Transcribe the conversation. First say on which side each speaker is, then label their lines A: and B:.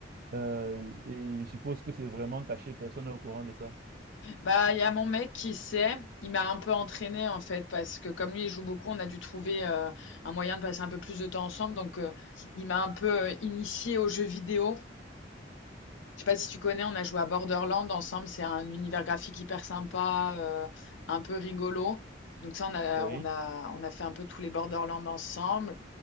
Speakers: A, on the right; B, on the left.
A: euh, et je suppose que c'est vraiment caché, personne n'est au courant de ça.
B: Bah, il y a mon mec qui sait. Il m'a un peu entraîné en fait, parce que comme lui, il joue beaucoup, on a dû trouver euh, un moyen de passer un peu plus de temps ensemble. Donc, euh, il m'a un peu euh, initié aux jeux vidéo. Je sais pas si tu connais, on a joué à Borderland ensemble. C'est un univers graphique hyper sympa, euh, un peu rigolo. Donc ça, on a,
A: Oui,
B: on a, on a fait un peu tous les Borderlands ensemble.